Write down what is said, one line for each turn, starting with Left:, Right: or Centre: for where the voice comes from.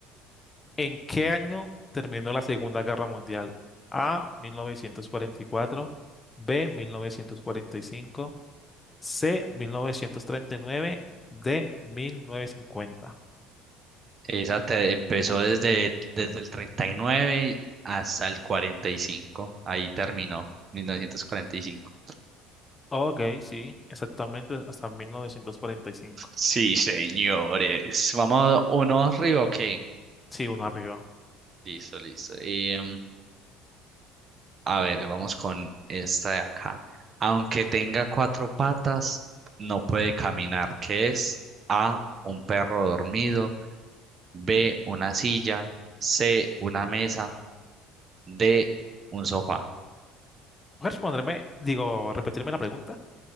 Left: ¿En qué año terminó la Segunda Guerra Mundial? A, 1944, B, 1945, C, 1939, D, 1950.
Right: Esa te- empezó desde, desde el 39 hasta el cuarenta y cinco Ahí terminó, mil novecientos cuarenta y cinco
Left: Ok, sí, exactamente hasta mil novecientos cuarenta y cinco.
Right: Sí, señores. Vamos uno arriba, ok.
Left: Sí, uno arriba.
Right: Listo, listo. Em, A ver, vamos con esta de acá. Aunque tenga cuatro patas, no puede caminar, ¿Qué es A, un perro dormido, B, una silla, C, una mesa, D, un sofá.
Left: Voy responderme, digo, repetirme la pregunta.